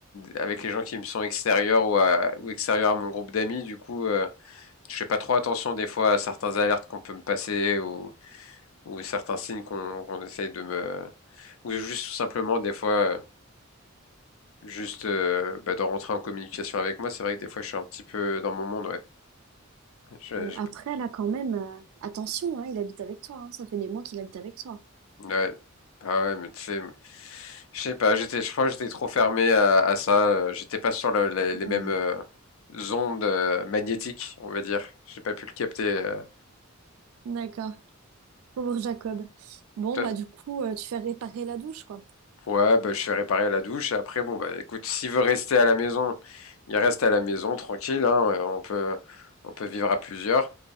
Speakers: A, on the left; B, on the right.
A: avec les gens qui me sont extérieurs ou, à- ou extérieurs à mon groupe d'amis. Du coup, euh, je fais pas trop attention des fois à certains alertes qu'on peut me passer ou, ou certains signes qu'on qu'on essaye de me ou juste tout simplement des fois euh, juste euh, bah, de rentrer en communication avec moi. C'est vrai que des fois je suis un petit peu dans mon monde. Ouais, Je- je-
B: Après, là, quand même, euh, attention, hein, il habite avec toi. hein. Ça fait des mois qu'il habite avec toi.
A: Ouais. Ah ouais, mais tu sais, je sais pas, j'étais, je crois que j'étais trop fermé à, à ça. euh, J'étais pas sur le- les,
B: Hmm.
A: les mêmes euh, ondes euh, magnétiques, on va dire. J'ai pas pu le capter. euh.
B: D'accord. Pauvre Jacob. Bon,
A: Toi-
B: bah du coup, euh, tu fais réparer la douche, quoi.
A: Ouais, bah, je suis réparé à la douche. Et après, bon, bah, écoute, s'il veut rester à la maison, il reste à la maison, tranquille, hein, euh, on peut, on peut vivre à plusieurs.